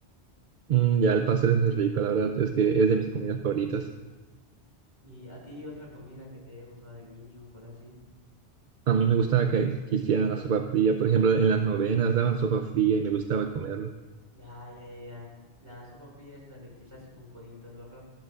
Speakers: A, on the right; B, on the right.
A: Mm, ya el pastel es muy rico, la verdad es que es de mis comidas favoritas.
B: ¿Y a ti otra comida que te haya gustado de niño, por así?
A: A mí me gustaba que, que hicieran la sopa fría. Por ejemplo, en las novenas daban sopa fría y me gustaba comerlo.
B: Ya, ya, ya, ya. La sopa fría es la de quizás con coditos, ¿verdad?